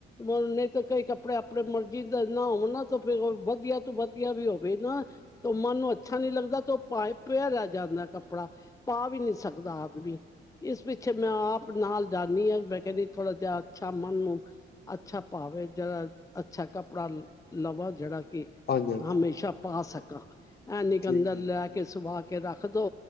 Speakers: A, on the left; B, on the left.
A: ਉਨੇ ਤਾਂ ਕਈ ਕੱਪੜੇ ਆਪਣੇ ਮਰਜੀਂ ਦੇ ਨਾ ਹੋਣ ਨਾ ਤੇ ਫਿਰ ਵਧੀਆ ਤੂੰ ਵਧੀਆ ਵੀ ਹੋਵੇ ਨਾ ਤੇ ਮਨ ਨੂੰ ਅੱਛਾ ਨੀ ਲੱਗਦਾ ਤੇ ਉਹ ਪਾਏ ਪਿਆ ਰਹਿ ਜਾਂਦਾ ਕੱਪੜਾ ਪਾ ਵੀ ਨਹੀਂ ਸਕਦਾ ਆਦਮੀ, ਇਸ ਪਿੱਛੇ ਮੈਂ ਆਪ ਨਾਲ ਜਾਦੀ ਹਾਂ, ਮੈਂ ਕਹਿੰਦੀ ਥੋੜਾ ਜਿਹਾ ਅੱਛਾ ਮਨ ਨੂੰ ਅੱਛਾ ਭਵੇ ਜਿਹੜਾ ਅੱਛਾ ਕੱਪੜਾ ਲਵਾਂ ਜਿਹੜਾ, ਕਿ
B: ਹਾਂਜੀ ਹਾਂਜੀ
A: ਹਮੇਸ਼ਾ ਪਾ ਸਕਾ ਕ ਐਨੀ ਕ
B: ਠੀਕ
A: ਅੰਦਰ
B: ਠੀਕ
A: ਲੈ ਕੇ ਸਵਾ, ਲੈਕੇ ਰੱਖ ਦੋ